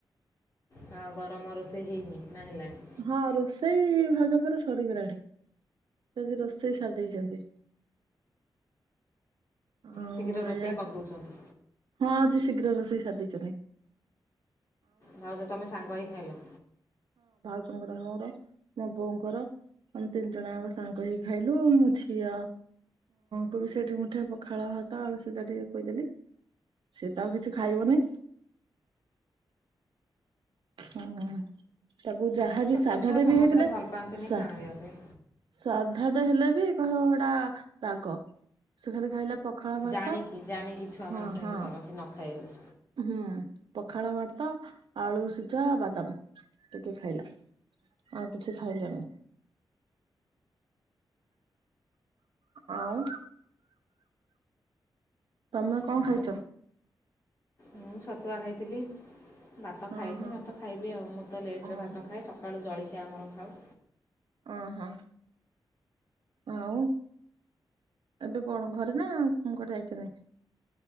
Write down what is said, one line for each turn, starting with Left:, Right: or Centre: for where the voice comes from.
Left: ହଁ। ତମ ରୋଷେଇ ହେଇନି ନା ହେଲାଣିି।
Right: ହଁ ରୋଷେଇ ଭାଉଜଙ୍କର ସରିଗଲାଣି ସେ ଆଜି ରୋଷେଇ ସାରି ଦେଇଛନ୍ତି। ହ
Left: ଶୀଘ୍ର ରୋଷେଇ
Right: ଆା
Left: କରିଦେଉଛନ୍ତି
Right: ଖ ହଁ ଆଜି <inaudible> ଶୀଘ୍ର ରୋଷେଇ ସାରିଦେଇଛନ୍ତି।
Left: ଭାଉଜ ତମେ ସାଙ୍ଗ ହେଇକି ଖାଇଲ।
Right: ର ମୋର ମୋ ବୋଉଙ୍କର ଆମେ ତିନି ଜଣଙ୍କ ସାଙ୍ଗ ହେଇ ଖାଇଲୁ ମୋ ଝିଅ କୁ ବି ସେଇଠି ମୁଠେ ପଖା ପଖାଳ ଭାତ ଆଉୁ ସିଯା ଟିକେ ଖୋଈଦେଲି ସେ ତ ଆଉ କିଛି ଖାଇବନି। ହୁଁ ତାକୁ ମୁଁ ଯାହାବି
Left: ଛୋଟ
Right: ସାଧାଟେ
Left: ଛୁଆ ସମସ୍ତେ
Right: ବି ହେଇଥିଲେ
Left: ଭଲ ପାଆନ୍ତିନି
Right: ସାଧା।
Left: ଖାଇବା ପାଇଁ
Right: ଧାର୍ ତ ହେଲେ ବି କହିବ ଏଇଟା ରାଗ ସେ ଖା ଖାଇଲା। ପଖାଳ ଭାତ
Left: ଜାଣିକି ଜାଣିକି ଛୁଆମାନେ
Right: ହଁ
Left: ସେମିତି
Right: ହଁ।
Left: କରନ୍ତି ନ ଖାଇବେ
Right: ହୁଁ ପଖାଳ ଭାରତ ଆଳୁ ସିଝା, ବାଦାମ ଟିକେ ଖାଇଲା ଆଉ କିଛି ଖାଇଲାନି। ଆଉ। ତମେ
Left: ବୋଲି
Right: କଣ
Left: ଆଉ
Right: ଖାଇଚ।
Left: ମୁଁ ଛତୁଆ ଖାଇଥିଲି। ଭାତ ଖାଇନି
Right: ଓ ହୋ
Left: ଭାତ ଖାଇବି ଆଉ ମୁଁ ତ ଲେଟ୍
Right: ଓହୋ।
Left: ରେ ଭାତ ଖାଇଏ ସକାଳୁ ଜଳିଖି କିଏ ଆମର ଖାଉ।
Right: ଓହୋ ଆଉ ଏବେ କଣ ଘରେ ନା କଣ କୁଆଡ଼େ ଯାଇଛନ୍ତି।